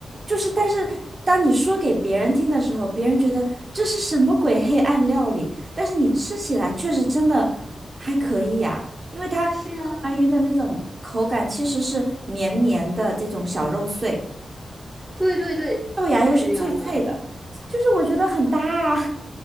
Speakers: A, on the right; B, in the centre.
A: 就是，但是当你说给别人听的时候，别人觉得这是什么鬼黑暗料理，但是你吃起来确实真的还可以呀、因为它 <laughs>
B: 是啊，
A: 吞拿鱼的那种口感其实是绵绵的这种小肉碎，
B: 对对对，
A: 豆芽又是脆脆的，
B: 是这样的，
A: 就是我觉得很搭啊，